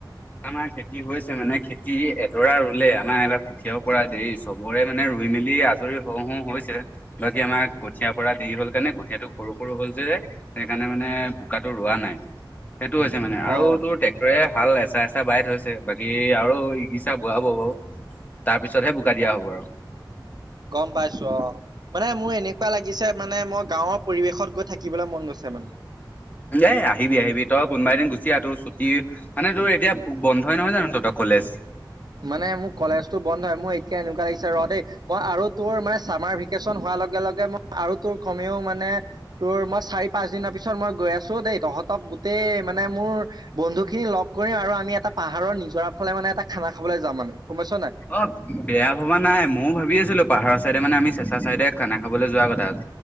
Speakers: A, on the left; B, on the right.
A: আমাৰ খেতি হৈছে মানে খেতি এডৰা ৰুলে আমাৰ এইবাৰ কঠীয়াৰ পৰা দেৰি চবৰে মানে ধুই মেলি আজৰি হওঁ হু হৈছে বাকী আমাৰ কঠিয়াৰ পৰা দেৰি হ'ল কাৰণে কঁঠীয়াটো সৰু সৰু হল যে সেইকাৰণে মানে বোকটো ৰোৱা নাই। সেইটো হৈছে মানে আৰু
B: অ',
A: তোৰ ট্ৰেক্টৰে হাল এচা এচাহ বাই থৈছে বাকী আৰু বোৱা হ বাৰু তাৰ পিছতহে বোকা দিয়া হ'ব আৰু।
B: গম পাইছো অ' মানে মোৰ এনেকুৱা লাগিছে মানে মই গাঁৱৰ পৰিৱেশত গৈ থাকিবলৈ মন গৈছে মোৰ। মানে
A: এ আহিবি আহিবি তই কোনোবা এদিন গুচি আহ তোৰ ছুটি মানে তোৰ এতিয়া বন্ধই নহয় জানো তহতৰ কলেজ।
B: মানে মোৰ কলেজতটো বন্ধ হয় মোৰ এতিয়া এনেকুৱা লাগিছে ৰ দেই অ' আৰু তোৰ মানে চামাৰ ভেকেশচন হোৱা লগে লগে ম আৰু তোৰ কমেও মানে তোৰ মই চাৰি পাঁচ দিনৰ পিছত মই গৈ আছো দেই তহঁতে গোটেই মানে মোৰ বন্ধু খিনি লগ কৰিম আৰু আমি এটা পাহাৰৰ নিজৰা ফালে মানে এটা খানা খাবলৈ যাম মানে। গম পাইছ নাই
A: অ বেয়া ভবা নাই ময়ো ভাবি আছিলো পাহাৰৰ চাইডে মানে আমি চেচা চাইদে খানা খাবলৈ যোৱা কথা। তাক